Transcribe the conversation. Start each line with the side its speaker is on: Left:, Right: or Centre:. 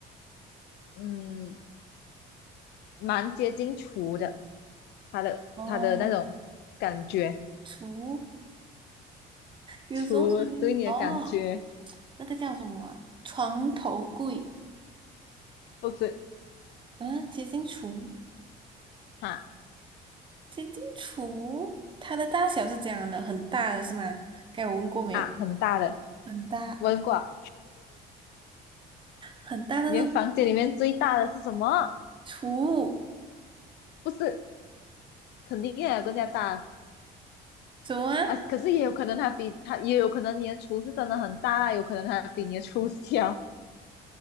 Left: 嗯蛮接近厨的，它的它的那种感觉，
Right: 哦，橱，有时候是，
Left: 厨对你的感觉
Right: 哦，那个叫什么啊床头柜，
Left: 不是
Right: 嗯、接近橱，
Left: 哈
Right: 接近橱，它的大小是怎样的？很大的是吗？该我问过没有？
Left: 啊很大的，
Right: 很大。
Left: 问过啊
Right: 很大，但是
Left: 你的房间里面最大的是什么？
Right: 图
Left: 不是，肯定也有更加大。
Right: 什么啊？
Left: 啊，可是也有可能他比他，也有可能你的厨是真的很大啊有可能他比你的厨小，